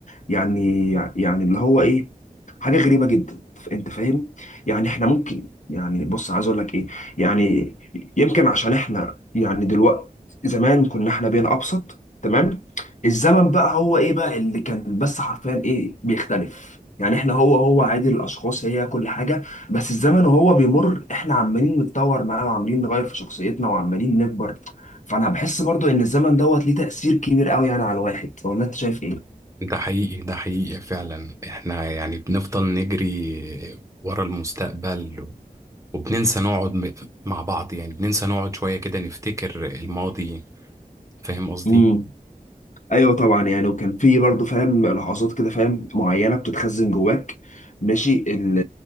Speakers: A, on the left (about 55°); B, on the right (about 20°).
A: يعني يعني اللي هو ايه حاجه غريبه جدا انت فاهم يعني احنا ممكن يعني بص عايز اقول لك ايه يعني يمكن عشان احنا يعني دلوقتي زمان كنا احنا بين ابسط تمام الزمن بقى هو ايه بقى اللي كان بس حرفيا ايه بيختلف يعني احنا هو هو عادي الاشخاص هي كل حاجه بس الزمن وهو بيمر احنا عمالين نتطور معاه وعمالين نغير في شخصيتنا وعمالين نكبر فانا بحس برضو ان الزمن دوت ليه تأثير كبير قوي يعني على الواحد ولا انت شايف
B: ده حقيقي ده حقيقي فعلا احنا يعني بنفضل نجري ورا المستقبل و- وبننسى نقعد م- مع بعض يعني بننسى نقعد شوية كده نفتكر الماضي فاهم قصدي؟
A: ايه؟ ايوه طبعا يعني وكان في برضه فاهم لحظات كده فاهم معينه بتتخزن جواك ماشي ال-